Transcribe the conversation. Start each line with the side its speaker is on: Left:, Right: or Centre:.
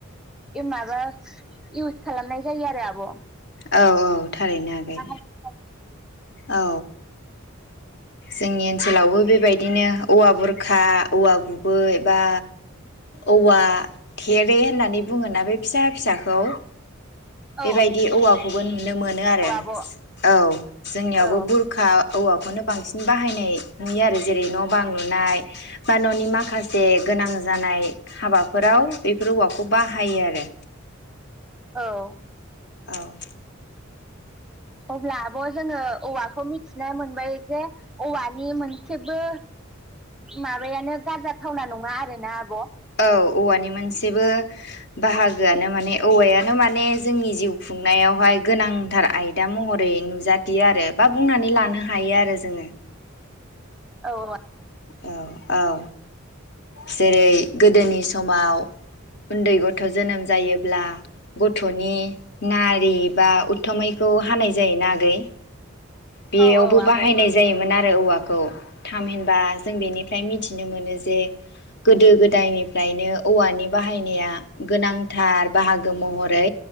Centre: माबा इउस खालामनाय जायो आरो आब'
Left: औ औ थारैनो आगै
Centre: औ
Left: औ जोंनि ओनसोलावबो बेबायदिनो औवा बुरखा औवा गुबै बा औवा थेरे होननानै बुङोना बे फिसा फिसाखौ
Centre: औ
Left: बेबायदि औवाखौबो नुनो मोनो आरो
Centre: आब'
Left: औ जोंनियावबो
Centre: औ
Left: बुरखा ओ औवाखौनो बांसिन बायनाय नुयो आरो जेरै न' बां लुनाय बा न'नि माखासे गोनां जानाय हाबाफोराव बेफोर औवाखौ बाहायो आरो
Centre: औ
Left: आव
Centre: अब्ला आब' जोङो औवाखौ मिथिनो मोनबाय जे औवानि मोनसेबो माबायानो गारजाथावना नङा आरोना आब'
Left: औ औवानि मोनसेबो बाहागोआनो माने औवायानो माने जोंनि जिउ खुंनायावहाय गोनांथार आयदा महरै नुजाथियो आरो बा बुंनानै लानो हायो आरो जोङो
Centre: औ आ
Left: औ औ जेरै गोदोनि समाव उन्दै गथ' जोनोम जायोब्ला गथ'नि नारि बा उथ्थुमैखौ हानाय जायोन आगै बेयावबो
Centre: औ औ आब'
Left: बाहायनाय
Centre: औ
Left: जायोमोन आरो औवाखौ थामहिनबा जों बेनिफ्राय मिथिनो मोनो जे गोदो गोदायनिफ्रायनो औवानि बाहायनाया गोनांथार बाहागो महरै